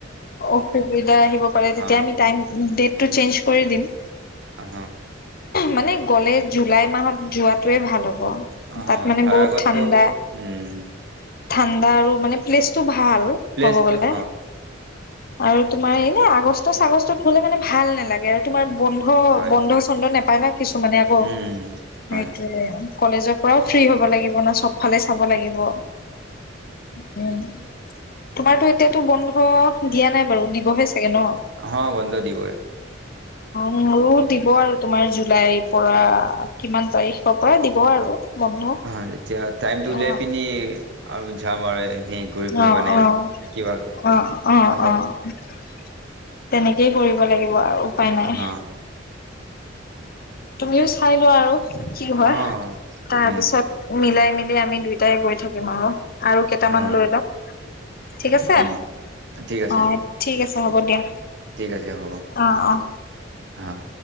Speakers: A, on the left; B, on the right.
A: অসুবিধা আহিব পাৰে
B: হ
A: তেতিয়া আমি টাইম, দে টো চেঞ্জ কৰি দিম।
B: অ।
A: মানে গ'লে জুলাই মাহত যোৱাটোৱে ভাল হব। ব,
B: হ
A: তাত মানে
B: তাৰ
A: বহুত
B: আগতো
A: ঠাণ্ডা।
B: উম
A: ঠাণ্ডা আৰু মানে প্লেচটো ভাল।
B: প্লেছ
A: ক'ব গ'লে।
B: অ'।
A: আৰু তোমাৰ এনে আগষ্ট ছাগষ্টত গ'লে মানে ভাল নালাগে। তাকে তোমাৰ বন্ধ,
B: হয়
A: বন্ধ চন্ধ না <unintelligible> কিছুমানে আকৌ,
B: উম হয়
A: সেইটোৱেই কলেজত পৰাও ফ্ৰী হ'ব লাগিব ন চবত ফালে চাব লাগিব। উম। তোমাৰতো এতিয়াতো বন্ধ দিয়া নাই বাৰু দিবহে চাগে ন। অ। অ',
B: হ বন্ধ দিবই
A: মোৰো দিব আৰু তোমাৰ জুলাইত পৰা, কিমান তাৰিখৰ পৰা দিব আৰু। বন্ধ
B: হয়, এতিয়া টাইমটো উলিয়াই
A: অ
B: পিনি আৰু ঝাম আৰু এনেই
A: অ'
B: ঘূৰি ফুৰিব মানে
A: অ'
B: কিবা
A: অ' অ'
B: অলপ
A: অ'। তেনেকেই কৰিব লাগিব কোৱা আৰু, উপাই নাই।
B: হ
A: তুমিও চাই লোৱা আৰু। কি হয়,
B: অ
A: তাৰপিছত
B: উম
A: মিলাই মিলি আমি দুইটাই গৈ থাকিম আও। আৰু কেইটামান
B: অ
A: লৈ ল'ম, ঠিক আছে?
B: উম ঠিক আছে
A: অ' ঠিক আছ হ'ব দিয়া।
B: ঠিক আছে হ'ব,
A: অ অ
B: অ'।